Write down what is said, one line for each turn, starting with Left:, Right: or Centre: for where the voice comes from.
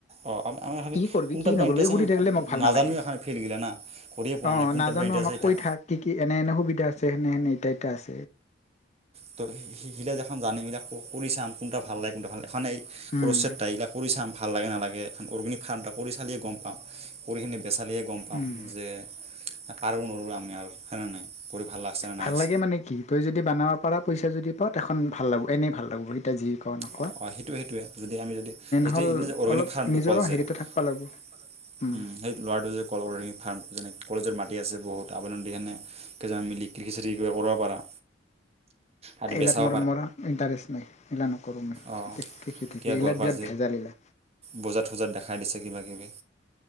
Right: অঁ আমি এখানি
Left: কি কৰিবি
Right: কোনটাত
Left: কি
Right: বা
Left: নকৰিবি
Right: ইণ্টাৰেষ্ট
Left: সুধি
Right: আমি
Left: থাকিলে মোক ভাল
Right: নাজানো
Left: নালাগে
Right: এখন ফিল্ডগিলা না কৰিয়ে পোৱা
Left: অ
Right: নাই কোনটাত
Left: নাজানো
Right: বা ইণ্টাৰেষ্ট
Left: আমাক
Right: এতিয়া
Left: কৈ থাক কি কি এনে এনে সুবিধা আছে সেনে সেনে। পটেচ
Right: ত' সেইগিলাক দেখখন জানেইবিলাক কৰি চাম কোনটা ভাল লাগে কোনটো ভাল এনে এই
Left: উম
Right: ক্ৰচছেট এইলাক কৰি চাম ভাল লাগে নালাগে অৰ্গেনিক ফাৰ্ম কৰি চালে গম পাম কৰি খ পেছালিয়ে গম পাওঁ
Left: উম
Right: যে কাৰণৰমি আৰু হেনো নাই কৰি ভাল লাগছেনে
Left: ভাল
Right: নাই
Left: লাগে মানে কি তই যদি বনাব পাৰা পইচা যদি পাওঁ তেখখন ভাল লাগব এনেই ভাল লাগব সিতা যিয়ে কও নকও
Right: অ অ সেইটোৱে সেইটোৱে যদি আমি যদি যদি
Left: হ'ল
Right: এ অৰ্গেনিক
Left: অলপ
Right: ফাৰ্মটো
Left: নিজৰো
Right: কল যে
Left: হেৰিটো
Right: উ
Left: থাকবা লাগব উম,
Right: সেই ল'ৰাটো যে কল অৰ্গেনিক ফাৰ্ম যেনে কলেজৰ মাটি আছে বহুত আবেদন দিয়া নাই কেইজন মিলি কৃষি চিষি কৰিব পাৰা আৰু
Left: এইবিলা
Right: বেচাব
Left: মোৰ মোৰ ইটাৰেষ্ট নাই এইবিলাক নকৰোঁ। মই
Right: অ
Left: কৃষি থিষি
Right: কিবা
Left: এইগিলাত
Right: গলপাৰ
Left: বিৰাট ভেজাল এইগিলা
Right: বজাত সোজাত দেখাই দিছে কিবা কিবি